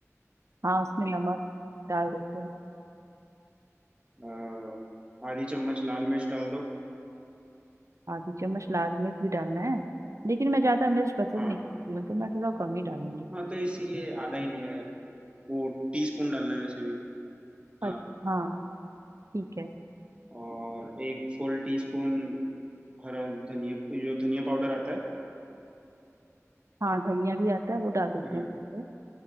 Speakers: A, on the right (about 65°); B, on the right (about 20°).
A: हाँ उसमें नमक डाल देते हैं
B: अ, आधी चम्मच लाल मिर्च डाल दो
A: आधी चम्मच लाल मिर्च भी डालना है लेकिन मैं ज्यादा मिर्च पसंद
B: हाँ
A: नहीं करती हूँ तो मैं थोड़ा कम ही डालूंगी
B: हाँ तो इसीलिए आधा ही लिया है वो टी स्पून डालना है वैसे भी
A: अच्छा
B: हाँ
A: हाँ ठीक है
B: और एक फुल टी स्पून हरा धनिया जो धनिया पाउडर आता है
A: हाँ धनिया भी आता है वो डाल देते
B: हम्म
A: हैं